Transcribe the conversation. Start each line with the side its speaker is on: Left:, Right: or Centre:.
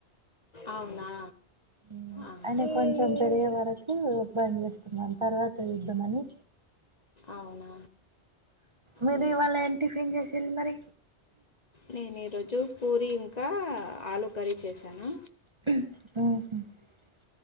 Left: అవునా
Right: ఉమ్
Left: ఆహా.
Right: అయనే కొంచెం పెరిగే వరకు. బంద్ చేస్తున్నాను. తర్వాత్ చేద్దమని
Left: అవునా
Right: మీరు
Left: ఉమ్.
Right: ఇవాళ ఏం టిఫిన్ చేసిళ్ళు మరి?
Left: నేను ఈరోజు పూరి ఇంకా, ఆలుూ కర్రీ చేశాను.
Right: <unintelligible>